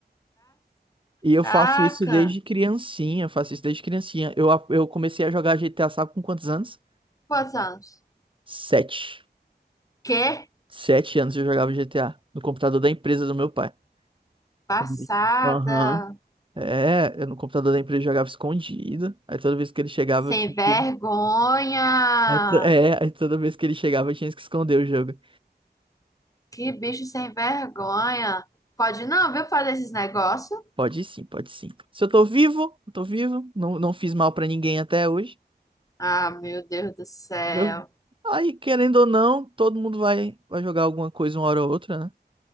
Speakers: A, on the right (about 30°); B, on the left (about 20°).
A: E eu
B: Caraca.
A: faço isso desde criancinha, eu faço isso desde criancinha. Eu, a- eu comecei a jogar GTA, sabe com quantos anos?
B: Quantos anos?
A: Sete.
B: Quê?
A: Sete anos eu jogava GTA, no computador da empresa do meu pai.
B: Passada.
A: Quando- Aham. É, eu no computador da empresa eu jogava escondido. Aí toda vez que ele chegava,
B: Sem
A: eu tinha
B: vergonha.
A: que. Aí, to- é, aí toda vez que ele chegava, eu tinha que esconder o jogo.
B: Que bicho sem vergonha. Pode não, viu, fazer esses negócios?
A: Pode sim, pode sim. Se eu tô vivo, eu tô vivo. Não, não fiz mal pra ninguém até hoje.
B: Ah, meu Deus do céu.
A: entendeu? Aí, querendo ou não, todo mundo vai, vai jogar alguma coisa uma hora ou outra, né?